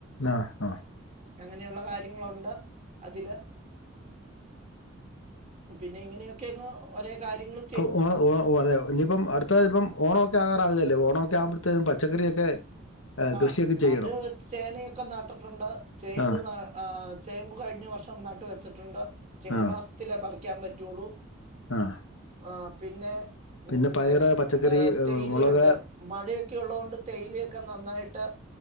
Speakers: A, on the left (about 75°); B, on the right (about 35°).
A: ആഹ് ആഹ്
B: അങ്ങനെയുള്ള കാര്യങ്ങളുണ്ട് അതില് പിന്നെ ഇങ്ങനെയൊക്കെ അങ്ങ് ഒരേ കാര്യങ്ങള്
A: അഹ് ഓ ഓ ഓ അതെ ഇനിയിപ്പം അടു ത്തെൽപ്പം ഓണൊക്കെ ആകാറാവല്ലേ ഓണൊക്കെ ആവുമ്പോടത്തേ പച്ചക്കറിയൊക്കെ ഏഹ്
B: ആഹ്
A: കൃഷിയൊക്കെ ചെയ്യണം.
B: അത് ചേനയൊക്കെ നട്ടിട്ടുണ്ട് ചേമ്പ്
A: ആഹ്
B: ന ആഹ് ചേമ്പ് കഴിഞ്ഞ വർഷം നട്ട് വെച്ചിട്ടുണ്ട് ചിങ്ങ
A: ആഹ്
B: മാസത്തിലേ പറിക്കാൻ പറ്റുള്ളു
A: ആഹ്
B: ആഹ് പിന്നെ ഉം
A: പിന്നെ പയറ്,
B: ഏഹ്
A: പച്ചക്കറി,
B: ഏഹ് തേയിലയുണ്ട്
A: മുളക്
B: മഴയൊക്കെ ഉള്ളത് കൊണ്ട് തേയിലയൊക്കെ നന്നായിട്ട്